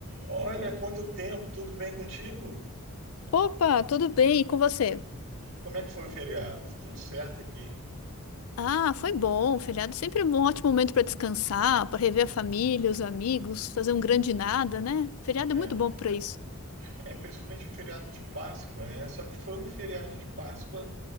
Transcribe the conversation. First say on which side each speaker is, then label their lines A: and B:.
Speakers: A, on the right (about 65°); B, on the left (about 70°).
A: Olha, quanto tempo, tudo bem contigo?
B: Opa, tudo bem? E com você?
A: Como é que foi o feriado? Tudo certo aqui.
B: Ah, foi bom. Feriado sempre é um ótimo momento para descansar, para rever a família, os amigos, fazer um grande nada, né? Feriado
A: É,
B: é muito bom para isso.
A: é principalmente o feriado de Páscoa, né? Só que foi um feriado de Páscoa